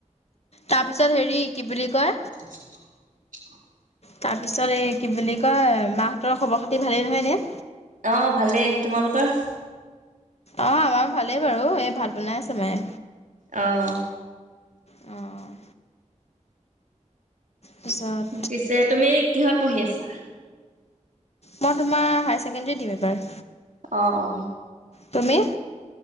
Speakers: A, on the left; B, on the right.
A: তাৰপিছত হেৰি কি বুলি কয়।
B: <unintelligible>
A: তাৰ পিছত এই কি বুলি কয় মাহঁতৰ খবৰ খাতি ভালেই নহয়নে।
B: অ ভালেই। তোমালোকৰ?
A: অ আমাৰ ভালেই বাৰু এই ভাত বনাই আছে মায়ে।
B: অঁ।
A: অঁ। তাৰপিছত
B: পিছে তুমি কিহত পঢ়ি আছা?
A: মই তোমাৰ হায়াৰ ছেকেণ্ডাৰী দিম এবাৰ।
B: অ অ
A: তুমি?